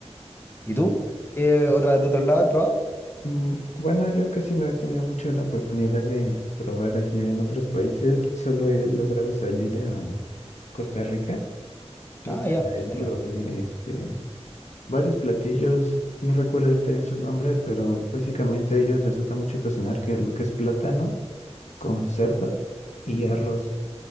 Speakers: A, on the left; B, on the left.
A: ¿Y tú? ¿Qué otra, de otro lado he probado?
B: Mm, Bueno, yo casi no he tenido mucho la oportunidad de probar así en otros países. Solo he logrado salir a Costa Rica y
A: Ah,
B: pues,
A: ya, entretenido.
B: ahí probé este, varios platillos. No recuerdo ahorita bien sus nombres, pero básicamente a ellos les gusta mucho cocinar, que es lo que es plátano con cerdo y arroz.